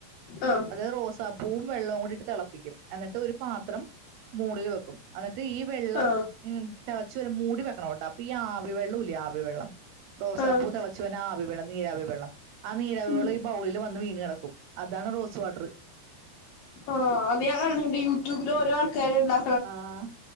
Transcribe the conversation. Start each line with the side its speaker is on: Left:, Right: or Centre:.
Left: ആഹ്
Right: അത് റോസാപ്പൂവും വെള്ളവും കൂടിയിട്ട് തിളപ്പിക്കും എന്നിട്ട് ഒരു പാത്രം മൂളില് വെക്കും എന്നിട്ട് ഈ വെള്ള
Left: ആഹ്
Right: തിളച്ച വരെ മൂടി വെക്കണോണ്ടോ അപ്പൊ ഈ ആവി വെള്ളൂല്ലേ ആവി വെള്ളം റോസാപ്പൂ
Left: ആഹ്
Right: തിളച്ചുവന ആവി നീരവി വെള്ളം ആ നീരവി
Left: ഉം
Right: വെള്ളം ഈ ബൗളിൽ വന്ന് വീണ് കിടക്കും അതാണ് റോസ് വാട്ടർ
Left: ആഹ് അത് ഞാൻ കണ്ടിട്ടുണ്ട് യൂട്യൂബില് ഓരോ ആൾക്കാര്ണ്ടാ
Right: ആഹ്